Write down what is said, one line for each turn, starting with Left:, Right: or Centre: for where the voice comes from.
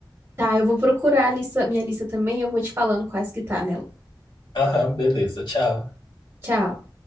Right: Tá, eu vou procurar a lista, minha lista também, eu vou te falando quais que tá nela.
Left: Aham, beleza. Tchau.
Right: Tchau.